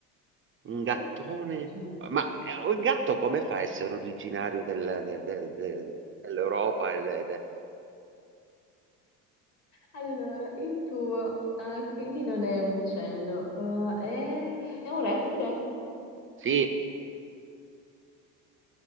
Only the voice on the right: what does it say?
Un gattone?
Ma eh, il gatto come fa a essere originario del- de- de- de- dell'Europa? e de- de-
Sì,